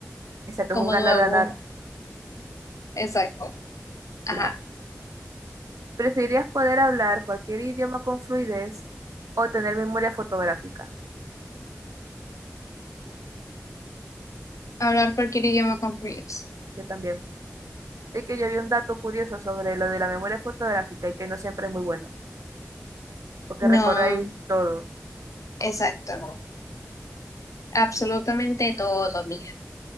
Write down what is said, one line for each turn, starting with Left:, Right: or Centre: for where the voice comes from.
Right: Exacto,
Left: como
Right: es un ganar-ganar.
Left: nuevo. Exacto. Ajá.
Right: Mira. ¿Preferirías poder hablar cualquier idioma con fluidez o tener memoria fotográfica?
Left: Hablar cualquier idioma con fluidez.
Right: Yo también. Es que yo vi un dato curioso sobre lo de la memoria fotográfica y que no siempre es muy bueno, porque
Left: No,
Right: recordáis todo.
Left: exacto. Absolutamente todo, mija.